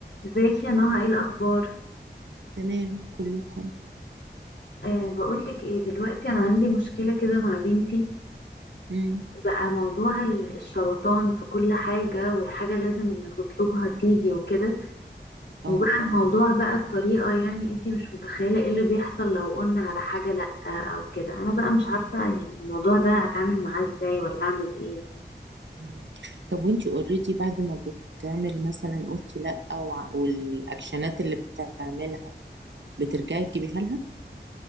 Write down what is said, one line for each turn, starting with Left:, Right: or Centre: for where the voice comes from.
Left: ازيك يا نهى ايه الاخبار
Right: تمام كله حلو
Left: أه بقولك ايه دلوقتي انا عندي مشكله كده مع بنتي
Right: امم
Left: بقى موضوع ال- الشبطان في كل حاجه والحاجه لازم اللي تطلبها تيجي وكده
Right: اه
Left: وبقى الموضوع بقى بطريقه يعني انتي مش متخيله ايه اللي بيحصل لو قلنا على حاجه لا او كده انا بقى مش عارفه يعني الموضوع ده اتعامل معاه ازاي ولا اعمل ايه
Right: مم. طب وانتي اوريدي بعد ما بتعمل مثلا قلتي لا او ع- والاكشنات اللي بتعملها بترجعي تجيبيها لها